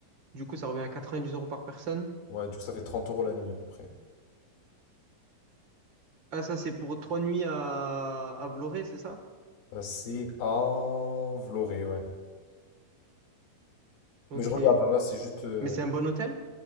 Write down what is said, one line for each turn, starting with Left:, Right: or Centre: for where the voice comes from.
Right: Du coup, ça revient à 90 euros par personne.
Left: ouais, du coup, ça fait 30 euros la nuit à peu près.
Right: Ah, ça, c'est pour trois nuits à, à Vloré c'est ça?
Left: Euh, c'est à Vloré, ouais.
Right: Ok.
Left: Mais je regarde, hein, là, c'est juste. euh,
Right: Mais c'est un bon hôtel?